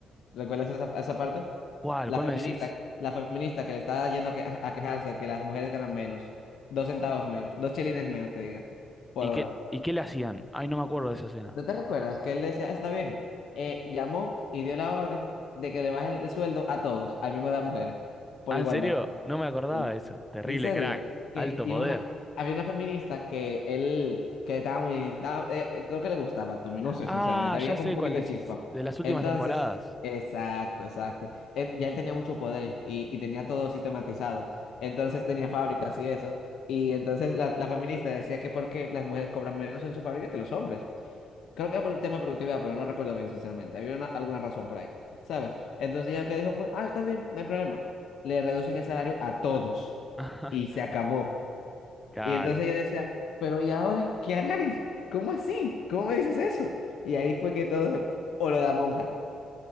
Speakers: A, on the left (about 70°); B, in the centre.
A: ¿Recuerdas esa, esa parte?
B: ¿Cuál?
A: La
B: ¿Cuál
A: feminista,
B: me decís?
A: la feminista que le estaba yendo a, que- a quejarse que las mujeres ganan menos, dos centavos menos, dos chelines menos que diga, por
B: ¿Y
A: hora.
B: qué, y qué le hacían? Ay, no me acuerdo de esa escena.
A: ¿No te recuerdas que él decía, "Ah, está bien? Eh, llamó y dio la orden de que le bajen el sueldo a todos, al mismo de las mujeres, por
B: Ah,
A: igualdad.
B: ¿en serio? No me acordaba
A: Sí.
B: de eso. Terrible
A: En serio,
B: crack.
A: que
B: Alto
A: iba
B: poder.
A: una, había una feminista que él, que estaba muy, estaba- eh, eh, creo que le gustaba Tommy, no sé,
B: Ah,
A: sinceramente, había
B: ya sé
A: como un poquito
B: cuál decís.
A: de chispa.
B: De las últimas
A: Entonces,
B: temporadas.
A: exacto, exacto. Él- ya él tenía mucho poder y, y tenía todo sistematizado. Entonces tenía fábricas y eso. Y entonces la, la feminista decía que porque las mujeres cobran menos en su fábrica que los hombres. Creo que era por el tema de productividad, pero no recuerdo bien, sinceramente. Había una- alguna razón por ahí, ¿sabes? Entonces ella lo que dijo fue, ah, está bien, no hay problema. Le reducen el salario a todos
B: <laughs>
A: y se acabó.
B: Claro.
A: Y entonces ella decía, pero ¿y ahora qué harán? <laughs> ¿Cómo así? ¿Cómo me dices eso? Y ahí fue que todo, o lo de la monja.